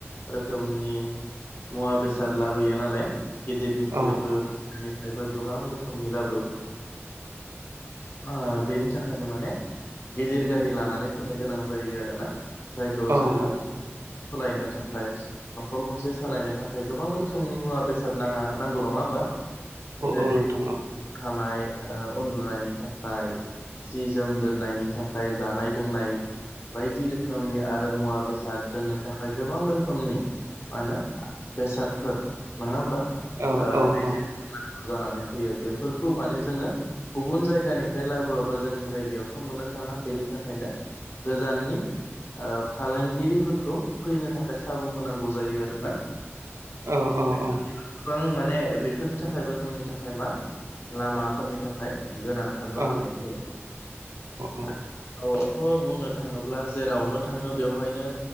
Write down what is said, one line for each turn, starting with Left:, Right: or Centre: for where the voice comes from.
Left: रोखोमनि मुवा बेसाद लाबोयो नालाय, गिदिरनिख्रुइबो
Right: औ औ
Left: निफ्रायबो गोबां रोखोमनि लाबो आं बेनि थाखायनो माने गिदिर गारि लानानै फैनो गोनां जायो आरोना। जायखौ
Right: औ
Left: जोङो
Right: औ
Left: सलायनो थाखा खाय न'खर गंसे सालायनो थाखाय गोबां रोखोमनि मुवा बेसाद नाङा नांगौ नङा होमबा? जेरै
Right: औ नोंथां औ
Left: थानाय ओ उन्दुनायनि थाखाय जि जोम दोननायनि थाखाय, जानाय लोंनाय बायदि रोखोमनि आरो मुवा बेसाद दोननो थाखाय गोबां रोखोम खोमनि मा होनो बेसादफोर नङा होमबा?
Right: औ
Left: ओ
Right: औ औ
Left: <unintelligible> नांगौ जानानै फैयो। बेफोरखौ माने जोङो गुबुन जायगानिफ्राय लाबोआबा जोंनि जायगायावथ' मोननो थाङा। बेनि थाखायनो गोजाननि ओ फालांगिरिफोरखौ फैनो थाखाय खाय खाबु होनांगौ जायो आरोना।
Right: ओ ओ
Left: <unintelligible>
Right: अ।
Left: गोबां माने बेफोरनि थाखाय बा जोंनि थाखाय मा लामाफोरनि थाखाय गोनांथार
Right: औ
Left: जानानै फैयो। <unintelligible>
Right: औ
Left: औ थ' बुंनो थाङोब्ला जेरावनो थाङो बेवहायनो